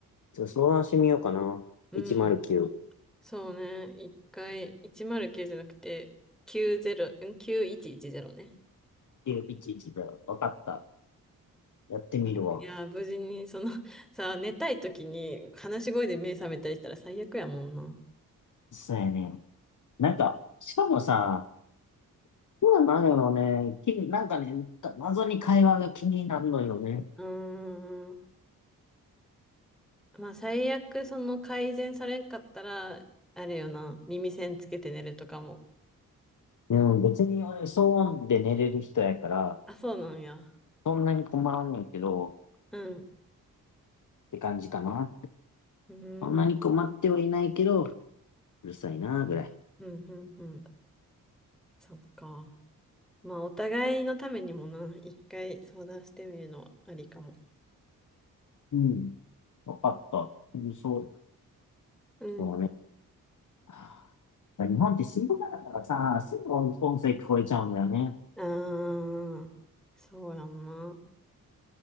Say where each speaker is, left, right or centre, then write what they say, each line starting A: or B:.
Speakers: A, on the left; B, in the centre.
A: ちょっと相談してみようかな。
B: うん、
A: 109。
B: そうね。一回、109じゃなくて、90、ん ?9110 ね。
A: 110だよ。わかった。やってみるわ。
B: うん、いやー、無事に、その、<laughs> さあ、寝たい時に、話し声で目覚めたりしたら最悪やもんな。
A: そうやね。なんか、しかもさ、そうなのよね。き、なんかね、謎に会話が気になるのよね。
B: うーんまあ、最悪、その、改善されんかったら、あれよな、耳栓つけて寝るとかも。
A: でも別に俺、騒音で寝れる人やから、
B: あ、そうなんや。
A: そんなに困らんねんけど、
B: うん。
A: って感じかな。
B: うーん、
A: そんなに困ってはいないけど、
B: うん、
A: うるさいな、ぐらい。
B: うん、うん。そっか。まあ、お互いのためにもな、一回相談してみるのはありかも。
A: うん。わかった。うんそう、
B: うん。
A: そうね。はあ日本って静かだからさ、すぐ音音声聞こえちゃうんだよね。
B: うーん。そうやんな。